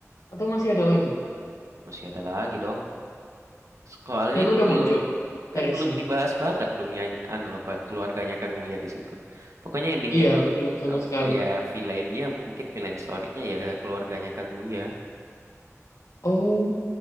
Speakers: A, on the left (about 85°); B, on the right (about 70°).
A: atau masih ada lagi
B: Masih ada lagi dong. Soalnya
A: dan
B: itu
A: udah
B: belum
A: muncul
B: kan
A: seriesnya
B: belum dibahas banget dunia anu apa keluarganya Kaguya di situ. Pokoknya endingnya
A: iya
B: tuh
A: belum sama sekali
B: eh, ya villainnya mungkin villain story-nya ya keluarganya Kaguya.
A: oh